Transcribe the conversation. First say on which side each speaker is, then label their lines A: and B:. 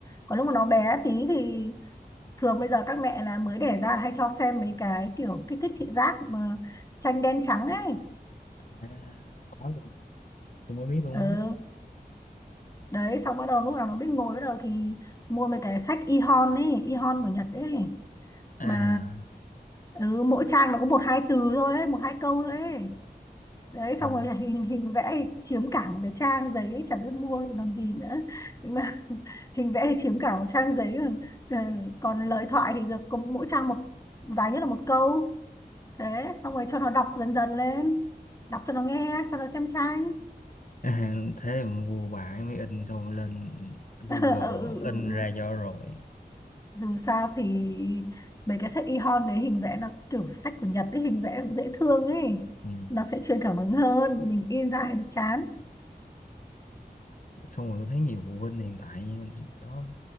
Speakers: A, on the left; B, on the left.
A: còn lúc mà nó bé tí thì thường bây giờ các mẹ là mới đẻ ra là hay cho xem mấy cái kiểu kích thích thị giác mà tranh đen trắng ấy
B: à, có luôn. tôi mới biết luôn
A: ừ
B: á
A: đấy xong bắt đầu lúc nào nó biết ngồi bắt đầu thì mua mấy cái sách e-hon ấy e-hon của Nhật ấy
B: à
A: mà ừ, mỗi trang nó có một hai từ thôi ấy, một hai câu thôi ấy đấy xong
B: ừ.
A: rồi
B: <laughs>
A: hình hình vẽ thì chiếm cả một cái trang giấy ấy, chả biết mua làm gì nữa nhưng mà <laughs> hình vẽ thì chiếm cả một trang giấy còn còn lời thoại thì được có mỗi trang một dài nhất là một câu thế xong rồi cho nó đọc dần dần lên đọc cho nó nghe cho nó xem tranh
B: À, thế mà mua bài mới in xong rồi lên Google
A: <laughs> ừ, ừ, ừ.
B: in ra
A: ừ.
B: cho rồi
A: dù sao thì mấy cái sách e-hon đấy hình vẽ nó kiểu sách của Nhật ấy hình vẽ cũng dễ thương ấy
B: ừ.
A: nó sẽ truyền cảm hứng hơn mình in ra thì chán
B: xong rồi tôi thấy nhiều phụ huynh hiện tại đó